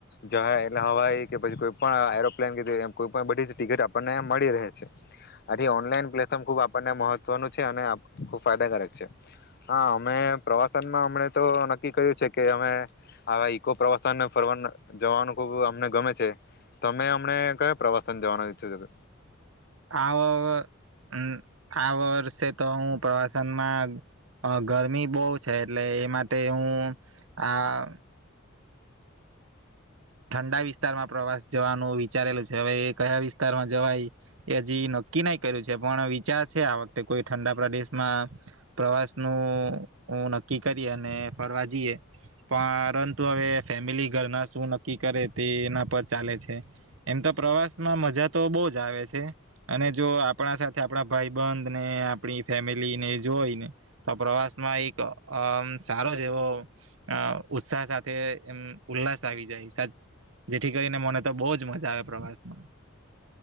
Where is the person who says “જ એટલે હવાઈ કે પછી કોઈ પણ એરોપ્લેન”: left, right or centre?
Left